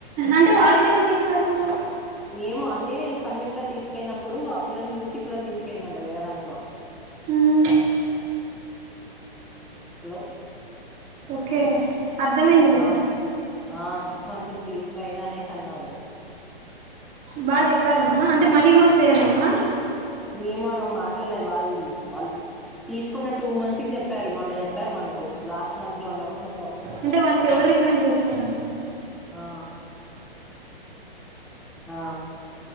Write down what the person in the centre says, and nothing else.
ఏమో అంటే సంయుక్త తీసుకయినప్పుడు ఆ పిల్లని చూసి పిల్లని తీసుకెయిిందంట వేరే దాంట్లో
హలో
ఆ ఆ సిక్స్ మంత్స్ తీసిపోయింద అనేసి అన్నారు
ఏమోన మాట్లాడలేదు వాళ్ళు వాళ్ళు తీసుకున్న టూ మంత్ కి చెప్పారు మొన్న చెప్పారు మనకు లాస్ట్ మంత్ లో ఉన్న కూడా చెప్పారు
ఆ ఆ